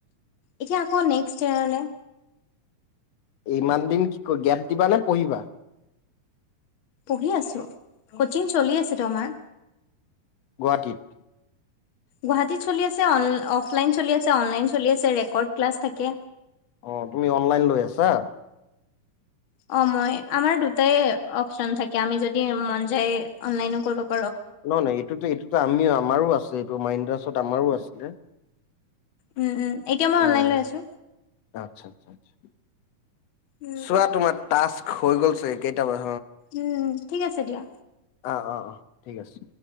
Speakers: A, on the left; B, on the left.
A: এতিয়া আকৌ নেক্সট ইয়াৰলে
B: ইমান দিন কি গেপ দিবা নে পঢ়িবা
A: পঢ়ি আছোঁ কোচিং চলি আছে টো আমাৰ।
B: গুৱাহাটীত।
A: গুৱাহাটীত চলি আছে। অফলাইন চলি আছে অনলাইন চলি আছে ক্লাছ থাকে।
B: অ তুমি অনলাইন লৈ আছা?
A: অ আমাৰ দুটাই অপচন থাকে আমী যদি মন যায় অনলাইনও কৰিব পাৰোঁ।
B: নহয় নহ এইটোতো এইটোতো আমিও আমাৰো আছে। এইটো মাইন্দ্ৰাছত আমাৰো আছিলে।
A: উম', - উম', এতিয়া মই
B: উম
A: অনলাইন লৈ আছো।
B: আচ্ছা- আচ্ছা- আচ্ছা
A: উম
B: চোৱা তোমাৰ তচ হৈ গ'লছে কেইটামাৰ
A: উম', ঠিক আছে দিয়া।
B: অঁহ ',- অঁহ ',- অঁহ ', ঠিক আছে।